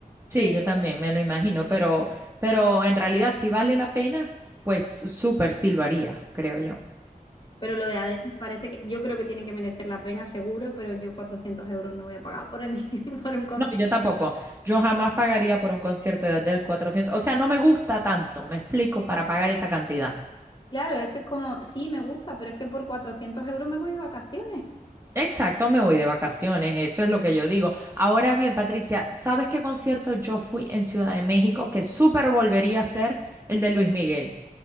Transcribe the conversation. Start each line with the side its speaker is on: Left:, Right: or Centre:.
Right: Sí,
Left: pero...
Right: yo también me lo imagino, pero, pero en realidad si vale la pena, pues súper sí lo haría, creo yo.
Left: Pero lo de ADN me parece que yo creo que tiene que merecer la pena, seguro, pero yo 400 euros no voy a pagar por, el- <laughs> por un concierto.
Right: No, yo tampoco. Yo jamás pagaría por un concierto de Adele 400. O sea, no me gusta tanto, me explico, para pagar esa cantidad.
Left: Claro, es que es como, sí, me gusta, pero es que por cuatrocientos euros me voy de vacaciones.
Right: Exacto, me voy de vacaciones, eso es lo que yo digo. Ahora bien, Patricia, ¿sabes qué concierto yo fui en Ciudad de México que súper volvería a ser el de Luis Miguel?